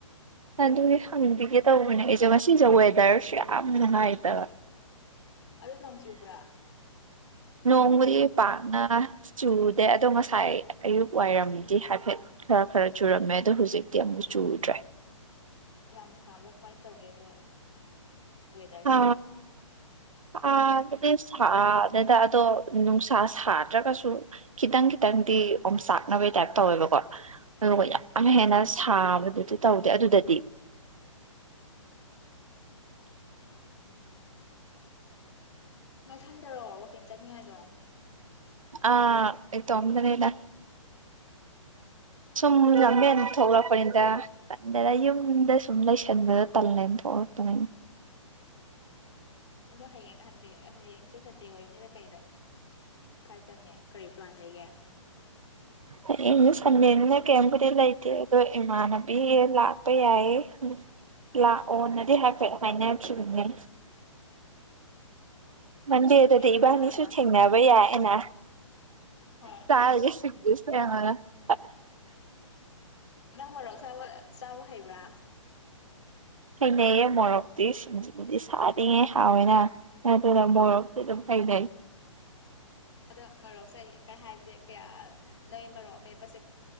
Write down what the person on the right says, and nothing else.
ꯑꯗꯨꯗꯤ ꯍꯪꯕꯤꯒꯦ ꯇꯧꯕꯅꯦ ꯑꯩꯁꯨ ꯉꯁꯤꯖꯨ ꯋꯦꯗꯔꯁꯨ ꯌꯥꯝ ꯅꯨꯡꯉꯥꯏꯕ
ꯅꯣꯡꯕꯨꯗꯤ ꯄꯥꯛꯅ ꯆꯨꯗꯦ ꯑꯗꯣ ꯉꯁꯥꯏ ꯑꯌꯨꯛ ꯋꯥꯏꯔꯝꯗꯤ ꯍꯥꯏꯐꯦꯠ ꯈꯔ ꯈꯔ ꯆꯨꯔꯝꯃꯦ ꯑꯗꯣ ꯍꯧꯖꯤꯛꯇꯤ ꯑꯃꯨꯛ ꯆꯨꯗ꯭ꯔꯦ
ꯑ ꯑ ꯁꯥꯗꯦꯗ ꯑꯗꯣ ꯅꯨꯡꯁꯥ ꯁꯥꯗ꯭ꯔꯒꯁꯨ ꯈꯤꯇꯪ ꯈꯤꯇꯪꯗꯤ ꯑꯣꯝꯆꯥꯛꯅꯕꯒꯤ ꯇꯥꯏꯞ ꯇꯧꯋꯦꯕꯀꯣ ꯑꯗꯨꯒ ꯌꯥꯝ ꯍꯦꯟꯅꯁ ꯁꯥꯕꯗꯨꯗꯤ ꯇꯧꯗꯦ ꯑꯗꯨꯗꯗꯤ
ꯑ ꯏꯇꯣꯝꯗꯅꯤꯗ ꯁꯨꯝ
ꯂꯝꯕꯦꯟ ꯊꯣꯛꯂꯛꯄꯅꯤꯗ ꯇꯟꯗꯦꯅ ꯌꯨꯝꯗ ꯁꯨꯝ ꯂꯩꯁꯟꯕꯗꯣ ꯇꯜꯂꯦꯅ ꯊꯣꯛꯂꯛꯄꯅꯤꯗ
ꯍꯌꯦꯡ ꯁꯟꯗꯦꯟꯅꯤꯅ ꯀꯩꯝꯕꯨꯗꯤ ꯂꯩꯇꯦ ꯑꯗꯣ ꯏꯃꯥꯟꯅꯕꯤ ꯂꯥꯛꯄ ꯌꯥꯏꯌꯦ ꯂꯥꯛꯑꯣꯅꯗꯤ ꯍꯥꯏꯐꯦꯠ ꯍꯥꯏꯅꯈꯤꯕꯅꯦ ꯃꯟꯗꯦꯗꯗꯤ
ꯏꯕꯥꯅꯤꯁꯨ
ꯊꯦꯡꯅꯕ ꯌꯥꯏꯅ
ꯆꯥꯔꯒ ꯁꯤꯡꯁꯨ ꯍꯥ ꯍꯥ
ꯍꯩꯅꯩꯌꯦ ꯃꯣꯔꯣꯛꯇꯤ ꯁꯤꯡꯖꯨꯗꯤ ꯁꯥꯔꯤꯒꯩ ꯍꯥꯎꯋꯦꯅ ꯑꯗꯨꯅ ꯃꯣꯔꯣꯛꯇꯤ ꯑꯗꯨꯝ ꯍꯩꯅꯩ